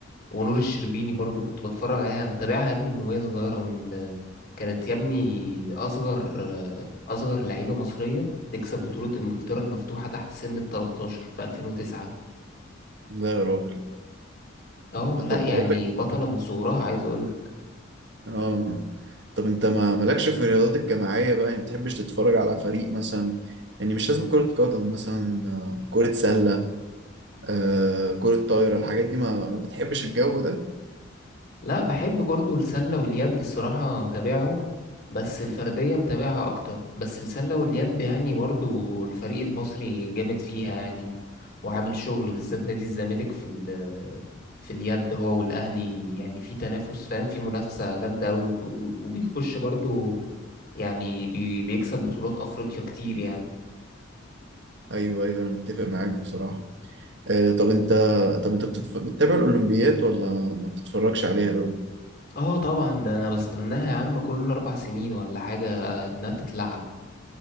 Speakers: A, on the left; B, on the right.
A: ونور الشربيني برضو كنت بتفرج عليها انا متابعها يا ابني من وهي صغيرة ومن كانت يا ابني اصغر اصغر لعيبة مصرية تكسب بطولة انجلترا المفتوحة تحت سن ال 13 في 2009
B: لا يا راجل
A: اه لا
B: طب
A: يعني
B: بقول لك
A: بطلة من صغرها عايز اقول
B: اه طب انت ما مالكش في الرياضات الجماعية بقى يعني ما بتحبش تتفرج على فريق مثلا يعني مش لازم كرة قدم مثلا آه، كرة سلة آه، كرة طايرة الحاجات دي ما ما بتحبش الجو ده
A: لا بحب برضو السلة واليد الصراحة متابعهم بس الفردية متابعها أكتر بس السلة واليد يعني برضو الفريق المصري جامد فيها يعني و- وعامل شغل بالذات نادي الزمالك في ال في اليد هو والأهلي يعني في تنافس فاهم في منافسة جامدة أوي وك- و- وبيخش برضو يعني بي- بيكسب بطولات أفريقيا كتير يعني
B: ايوه ايوه انا متفق معاك بصراحة آه، طب انت طب انت بتتف... بتتابع الاولمبيات ولا ما بتتفرجش عليها قوي
A: اه طبعا ده أنا بستناها يا عم كل أربع سنين ولا حاجة إنها تتلعب